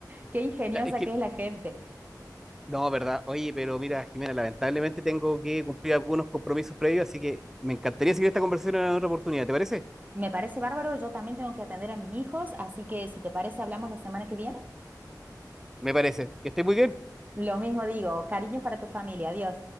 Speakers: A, on the right (about 25°); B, in the centre.
A: Qué ingeniosa
B: O sea, Es que,
A: que es la gente.
B: no, verdad. Oye, pero mira, Jimena, lamentablemente tengo que cumplir algunos compromisos previos, así que me encantaría seguir esta conversación en otra oportunidad. ¿Te parece?
A: Me parece bárbaro, yo también tengo que atender a mis hijos, así que si te parece, hablamos la semana que viene.
B: Me parece. Que estés muy bien.
A: Lo mismo digo, cariños para tu familia, adiós.